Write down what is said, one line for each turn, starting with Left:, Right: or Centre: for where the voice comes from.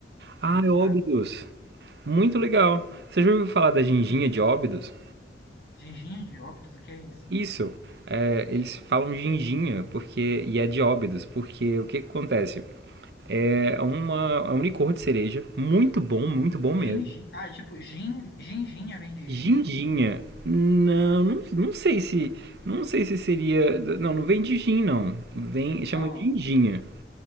Right: Ah,
Left: Já ouviu
Right: é
Left: falar?
Right: Óbidos. Muito legal. Você já ouviu falar da Ginginha de Óbidos?
Left: Ginginha de Óbidos? O que é isso?
Right: Isso. É, eles falam ginginha porque, e é de óbidos, porque o que, que acontece? É, uma, é um licor de cereja, muito bom, muito bom
Left: Gingi...
Right: mesmo.
Left: Ah, tipo, gin... ginginha vem de
Right: Ginginha,
Left: gin?
Right: não, não, não sei se, não sei se seria, não, não vem de gin, não, vem, chama
Left: Ah,
Right: ginginha.